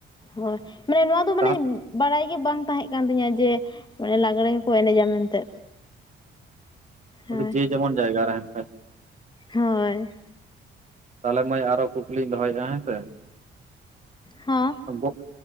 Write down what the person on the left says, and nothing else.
ᱦᱳᱭ ᱢᱟᱱᱮ ᱱᱚᱣᱟ ᱫᱚ ᱢᱟᱱᱮ
ᱵᱟᱲᱟᱭ ᱜᱮ ᱵᱟᱝ ᱛᱟᱦᱮᱸᱜ ᱠᱟᱱ ᱛᱤᱧᱟᱹ ᱡᱮ ᱞᱟᱜᱽᱲᱮ ᱦᱚᱸᱠᱚ ᱮᱱᱮᱡᱟ ᱢᱮᱱᱛᱮ
ᱦᱳᱭ
ᱦᱳᱭ
ᱦᱚᱸ